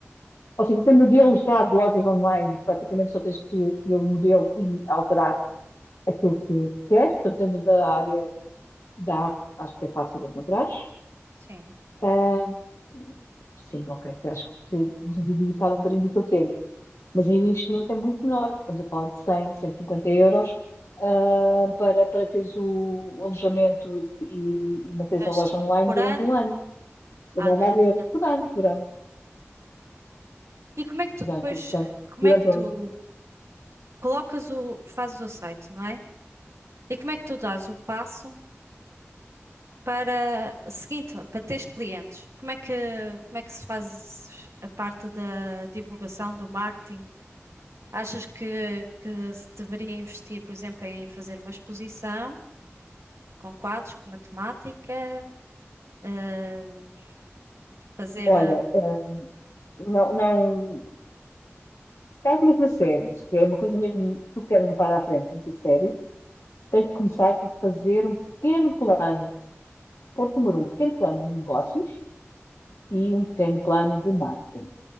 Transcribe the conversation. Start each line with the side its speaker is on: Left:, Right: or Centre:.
Left: Ou seja, tem modelos já de lojas online, praticamente só tens que escolher o modelo e alterar aquilo que queres, portanto, dentro da área da arte, acho que é fácil de encontrar.
Right: sim.
Left: Ah, sim, ok, acho que te devia dedicar um bocadinho do teu tempo. Mas aí o investimento é muito menor. Estamos a falar de 100, 150 euros, ah, para, para teres o, o alojamento e, e manteres
Right: Mas
Left: a loja online
Right: por
Left: durante
Right: ano?
Left: um ano. Eu
Right: Ah,
Left: não
Right: durante
Left: vai ver
Right: o ano.
Left: por ano, por ano,
Right: E como é que tu
Left: durante,
Right: depois,
Left: portanto,
Right: como
Left: durante
Right: é que
Left: o
Right: tu
Left: ano.
Right: colocas o, fazes o site, não é? E como é que tu dás o passo para seguinte, para teres clientes? Como é que, como é que se faz a parte da divulgação, do marketing? Achas que, que se deveria investir, por exemplo, em fazer uma exposição com quadros, com matemática, eh, fazer,
Left: Olha,
Right: eh,
Left: ah, não, não, se estás mesmo a sério, se é uma coisa mesmo que tu queres levar à frente, muito a sério, tens de começar por fazer um pequeno plano, ponto número um, pequeno plano de negócios e um pequeno plano de marketing.